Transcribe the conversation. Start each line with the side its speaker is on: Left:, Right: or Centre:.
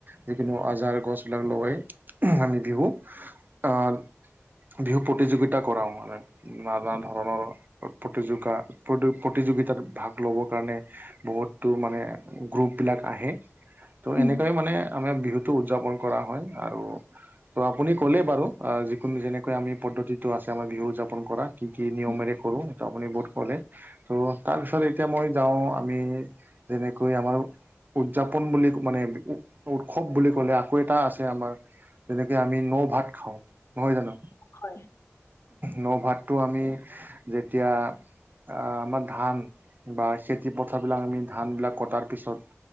Right: যিকোনো আজাৰ গছবিলাক লগাই আমি বিহু আহ বিহু প্ৰতিযোগিতা কৰাওঁ আৰু। নানা ধৰণৰ প্ৰতিযোগা প্ৰতি প্ৰতিযোগিতাত ভাগ ল'বৰ কাৰণে। বহুতো মানে গ্ৰুপবিলাক আহে। ত'
Left: উম
Right: এনেকৈ মানে আমাৰ বিহুতটো উদযাপন কৰা হয় আৰু। ত' আপুনি ক'লে বাৰু অ যিকোনো যেনেকৈ আমি পদ্ধতিটো আছে আমাৰ বিহু উদযাপন কৰা। কি কি নিয়মেৰে
Left: উম,
Right: কৰোঁ সেইটো আপুনি বহুত ক'লে ত' তাৰপিছত এতিয়া মই যাওঁ আমি যেনেকৈ আমাৰ। উদযাপন বুলি মানে উ উৎসৱ বুলি ক'লে, আকৌ এটা আছে আমাৰ। তেনেকে আমি ন 'ভাত খাওঁ নহয় জানো?
Left: হয়।
Right: ন' ভাতটো আমি যেতিয়া। আমাৰ ধান বা খেতি পথাৰবিলাক আমি ধানবিলাক কটাৰ পিছত।